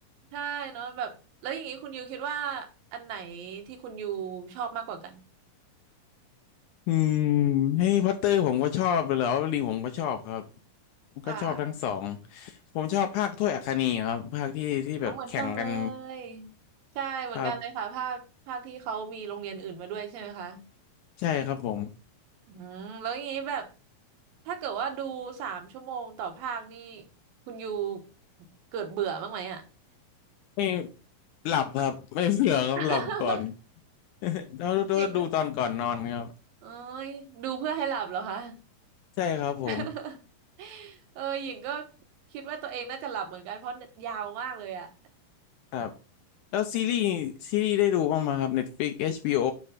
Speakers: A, on the right (about 80°); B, on the left (about 75°).
A: ใช่เนาะแบบแล้วอย่างนี้คุณยูคิดว่าอันไหนที่คุณยูชอบมากกว่ากัน
B: อืมแฮร์รี่พอตเตอร์ผมก็ชอบเลยแล้วลิงผมก็ชอบครับผมก็ชอบทั้งสอง
A: ค่ะ
B: ผมชอบภาคถ้วยอัคนีครับภาคที่ที่แบบแข่งกัน
A: อ๋อเหมือนกันเลยใช่เหมือนกันเลยค่ะภาคภาคที่เขามีโรงเรียนอื่นมาด้วยใช่ไหมคะ
B: ครับใช่ครับผม
A: อืมแล้วอย่างนี้แบบถ้าเกิดว่าดูสามชั่วโมงต่อภาคนี่คุณยูเกิดเบื่อบ้างไหมอ่ะ
B: ไม่หลับครับไม่เผื่อครับหลับก่อน
A: <laughs>
B: <laughs> แล้วดูดูตอนก่อนนอนครับ
A: หญิงก็เอ้ยดูเพื่อให้หลับเหรอคะ
B: ใช่ครับผม
A: <laughs> เออหญิงก็คิดว่าตัวเองน่าจะหลับเหมือนกันเพราะยาวมากเลยอ่ะ
B: ครับแล้วซีรีส์ซีรีส์ได้ดูบ้างไหมครับ Netflix HBO